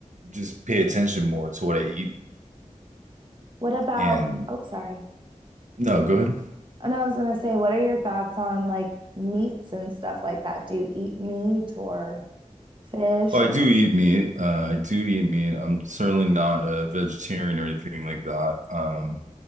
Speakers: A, on the right; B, on the right.
A: just pay attention more to what I eat.
B: What about,
A: And
B: oh, sorry.
A: no, go ahead.
B: Oh, no, I was gonna say, what are your thoughts on like meats and stuff like that? Do you eat meat or fish
A: Oh, I
B: or
A: do eat meat. Uh, I do eat meat. I'm certainly not a vegetarian or anything like that. Um,